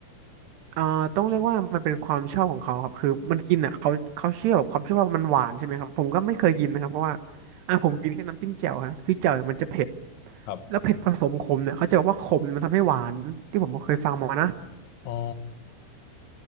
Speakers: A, on the right (about 70°); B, on the left (about 60°).
A: เอ่อต้องเรียกว่ามันเป็นความชอบของเขาครับคือมันกินอ่ะเขาเขาเชื่อแบบความเชื่อว่ามันหวานใช่ไหมครับผมก็ไม่เคยกินนะครับเพราะว่าอ่ะผมกินแค่น้ำจิ้มแจ่วฮะคือแจ่วเนี่ยมันจะเผ็ด
B: ครับ
A: แล้วเผ็ดผสมขมเนี่ยเขาจะบอกว่าขมเนี่ยมันทำให้หวานที่ผมเคยฟังมานะ
B: อ๋อ